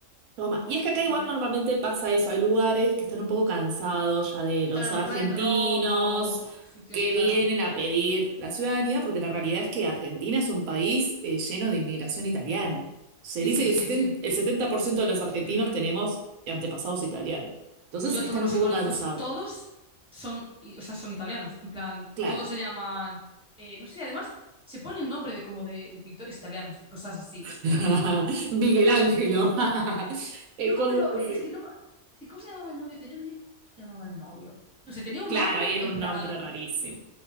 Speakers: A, on the right (about 85°); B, in the centre.
A: Toma. Y es
B: Y tú,
A: que acá igual
B: vale.
A: normalmente pasa eso, hay lugares que están un poco cansados ya de los
B: Claro, a
A: argentinos
B: lo mejor en Roma o co- sitios,
A: que
B: claro.
A: vienen a pedir la ciudadanía, porque la realidad es que Argentina es un país eh, lleno de inmigración italiana. Se
B: Sí,
A: dice
B: sí,
A: que
B: sí,
A: el 70,
B: sí.
A: el 70% de los argentinos
B: Ujú.
A: tenemos antepasados italianos. Entonces
B: Yo
A: están
B: todos los
A: un poco
B: que conozco,
A: cansados,
B: todos son, i- o sea, son italianos. En plan,
A: claro.
B: todos se llaman, eh, no sé, además se pone el nombre de como de, de pintores italianos y cosas así.
A: <laughs>
B: Y es como,
A: Miguel Ángelo, <laughs> Eh,
B: no,
A: cosas
B: pero
A: así.
B: es que no, me- es que ¿cómo se llamaba el novio? Tenía una idea, ¿cómo se llamaba el novio? No sé, tenía un
A: Claro,
B: nombre
A: y era
B: en
A: un
B: plan,
A: nombre rarísimo.